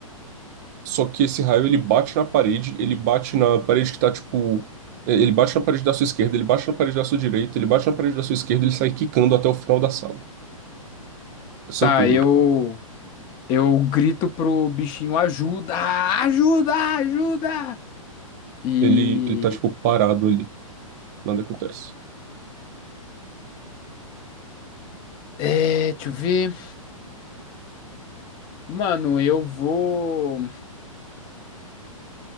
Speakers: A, on the right; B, on the left.
A: Só que esse raio ele bate na parede, ele bate na parede que tá tipo. é, Ele bate na parede da sua esquerda, ele bate na parede da sua direita, ele bate na parede da sua esquerda, ele sai quicando até o final da sala. É seu
B: Tá,
A: turno.
B: eu. Eu grito pro bichinho: ajuda! Ajuda! Ajuda! E.
A: Ele, ele tá tipo parado ali. Nada acontece.
B: É, deixa eu ver. Mano, eu vou.